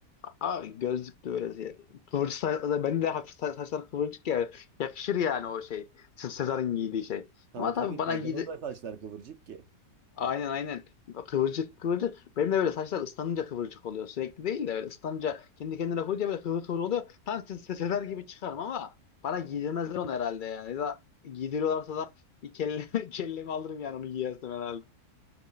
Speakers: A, on the left (about 85°); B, on the right (about 55°).
A: Abi gözlüklü böyle şey. Kıvırcık saç, bende de hafif sa- saçlar kıvırcık ya. Yakışır yani o şey. Se- Sezar'ın giydiği şey.
B: Tabii
A: Ama
B: tabii
A: tabii bana
B: Sezar'ın
A: giydi
B: da saçlar kıvırcık ki.
A: Aynen aynen. Kıvırcık kıvırcık. Benim de böyle saçlar ıslanınca kıvırcık oluyor. Sürekli değil de böyle ıslanınca kendi kendine koyunca böyle kıvır kıvır oluyor. Tam se se- sefer gibi çıkarım ama bana giydirmezler onu herhalde yani. Ya da giydiriyorlarsa da bir kelle, <laughs> kellemi alırım yani onu giyersem herhalde.